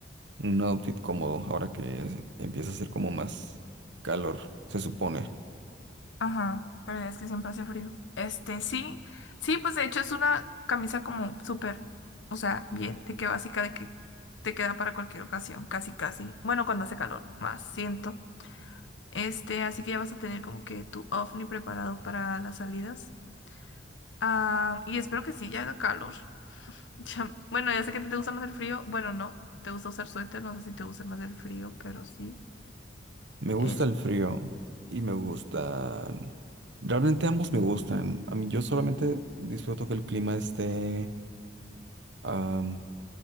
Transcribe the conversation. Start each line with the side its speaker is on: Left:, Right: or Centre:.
Right: Un outfit cómodo, ahora que es- empieza a hacer como más calor, se supone.
Left: Ajá, pero es que siempre hace frío. Este, sí, sí, pues de hecho es una camisa como súper, o sea, bien, de que básica, de que te queda para cualquier ocasión, casi, casi. Bueno, cuando hace calor, más siento. Este, así que ya vas a tener como que tu ovni preparado para las salidas. Ah, y espero que sí, ya haga calor. <laughs> Ya- bueno, ya sé que a ti te gusta más el frío. Bueno, no, te gusta usar suéter. No sé si te gusta más el frío, pero sí.
Right: Me gusta
Left: Este,
Right: el frío y me gustan... Realmente ambos me gustan. A mí yo solamente disfruto que el clima esté am,